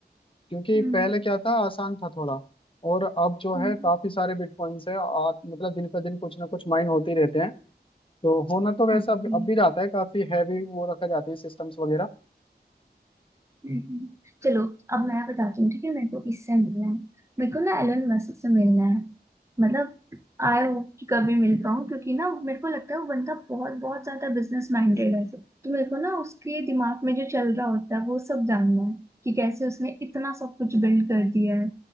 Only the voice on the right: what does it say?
हम्म
हम्म
ओके
हम्म, चलो अब मैं बताती हूँ ठीक है मेरे को किससे मिलना है मेरे को ना एलन मस्क से मिलना है मतलब आई होप कि कभी मिल पाऊँ क्योंकि ना मेरे को लगता है वो बंदा बहुत बहुत ज्यादा बिजनेस माइंडेड है तो मेरे को ना उसके दिमाग में जो चल रहा होता है वो सब जानना है कि कैसे उसने इतना सब कुछ बिल्ड कर दिया है